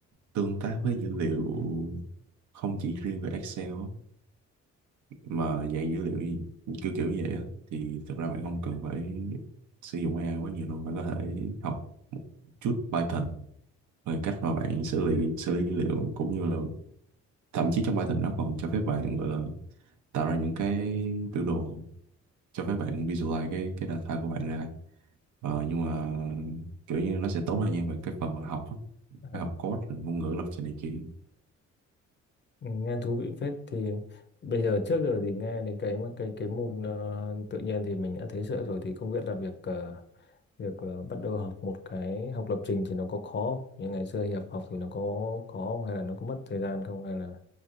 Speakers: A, on the right; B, on the left.
A: tương tác với dữ liệu không chỉ riêng về Excel á, mà dạng dữ liệu như- kiểu kiểu như vậy á, thì thật ra bạn không cần phải sử dụng AI quá nhiều đâu. Bạn có thể học một chút Python rồi cách mà bạn xử lý xử lý dữ liệu cũng như là thậm chí trong Python nó còn cho phép bạn gọi là tạo ra những cái biểu đồ cho phép bạn visualize cái cái data của bạn ra ờ, nhưng mà kiểu như nó sẽ tốn thời gian về cái phần mà học á.
B: À.
A: phải học code rồi ngôn ngữ lập trình này kia
B: Ừ, nghe thú vị phết thì bây giờ trước giờ thì nghe đến cái cái cái môn ờ, tự nhiên thì mình đã thấy sợ rồi thì không biết là việc ờ, việc ờ, bắt đầu học một cái học lập trình thì nó có khó không? như ngày xưa Hiệp học thì nó có khó không? hay là nó có mất thời gian không hay là